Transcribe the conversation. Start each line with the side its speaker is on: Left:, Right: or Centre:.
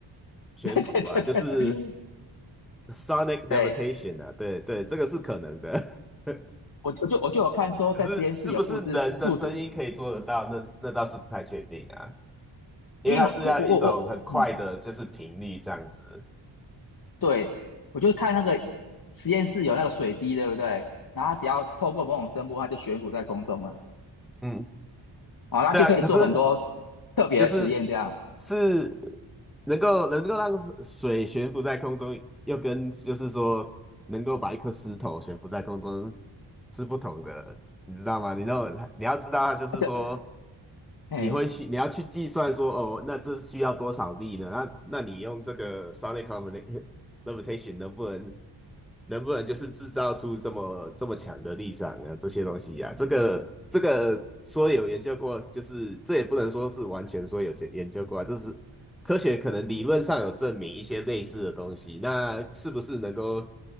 Left: <laughs>
Centre: 悬浮啊，
Left: 对对对对对，
Centre: 就是 sonic levitation
Left: 对
Centre: 啊，对对，这个是可能的。<laughs>
Left: 我就我就我就有看说在实验室有复制复制，
Centre: 可是是不是人的声音可以做得到？那那倒是不太确定啊，因为它是要一种很快的，
Left: 因为我我我我，嗯，
Centre: 就是频率这样子。
Left: 对，我就看那个实验室有那个水滴，对不对？然后它只要透过某种声波，它就悬浮在空中了，
Centre: 嗯，
Left: 好，那就可以做很多
Centre: 对啊，可是
Left: 特别的实验，
Centre: 就是是
Left: 这样，
Centre: 能够能够让水水悬浮在空中，又跟就是说能够把一颗石头悬浮在空中是不同的，你知道吗？你知道你要知道，就是说
Left: <laughs> 就，哎。
Centre: 你会去，你要去计算说，哦，那这需要多少力呢？那那你用这个 sonic combina- <laughs> limitation 能不能能不能就是制造出这么这么强的力场啊？这些东西呀、这个这个说有研究过，就是这也不能说是完全说有研研究过啊，这是科学可能理论上有证明一些类似的东西，那是不是能够